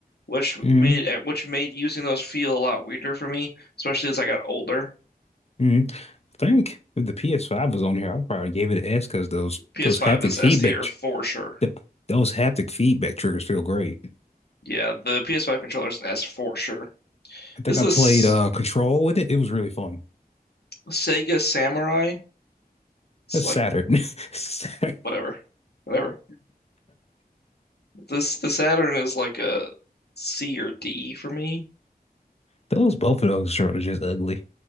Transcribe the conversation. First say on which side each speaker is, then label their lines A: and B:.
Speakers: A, on the left; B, on the left.
A: which made
B: hmm
A: which made using those feel a lot weirder for me, especially as I got older.
B: Mhm. I think if the PS5 was on here, I probably gave it an S because those
A: PS5
B: those haptic
A: is
B: feedback
A: S tier
B: tr-
A: for sure.
B: th those haptic feedback triggers feel great.
A: Yeah, the PS5 controller is an S for sure.
B: I think
A: This
B: I
A: is
B: played uh Control with it. It was really fun.
A: Sega Samurai. It's
B: That's
A: like
B: Saturn. <laughs> Saturn.
A: whatever, whatever. This the Saturn is like a C or D for me.
B: Those both of those controllers just ugly.